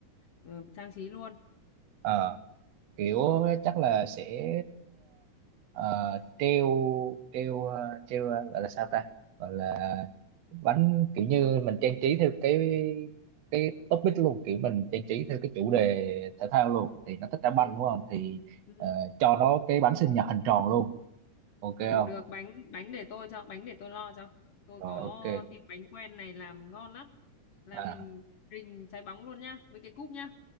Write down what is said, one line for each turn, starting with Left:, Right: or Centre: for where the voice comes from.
Left: ờ, trang trí luôn.
Right: Ờ, kiểu chắc là sẽ ờ, treo treo ờ, treo ờ, gọi là sao ta gọi là bánh kiểu như mình trang trí theo cái cái topic luôn kiểu mình trang trí theo cái chủ đề thể thao luôn thì nó thích đá banh
Left: ừ,
Right: đúng không thì
Left: ừ.
Right: ờ, cho nó cái bánh sinh nhật hình tròn luôn ok
Left: được
Right: không
Left: được bánh bánh để tôi cho bánh để tôi lo cho tôi
Right: rồi
Left: có
Right: ok
Left: tiệm bánh quen này làm ngon lắm làm
Right: à,
Left: hình hình trái bóng luôn nhá với cái cúp nhá